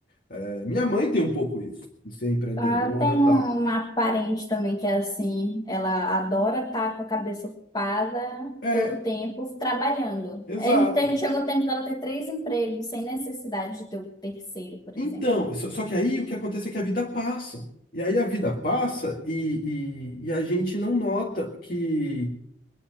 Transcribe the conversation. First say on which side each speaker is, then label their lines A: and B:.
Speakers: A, on the left (about 45°); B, on the left (about 20°).
A: É, minha mãe tem um pouco isso, de ser empreendedora
B: Ah, tem
A: e
B: um-
A: tal.
B: uma parente também que é assim, ela adora estar com a cabeça ocupada
A: É,
B: todo o tempo trabalhando.
A: exato.
B: É, Então chegou o tempo dela ter três empregos sem necessidade de ter o terceiro, por
A: Então,
B: exemplo.
A: só, só que aí o que acontece é que a vida passa. E aí a vida passa e, e, e a gente não nota que,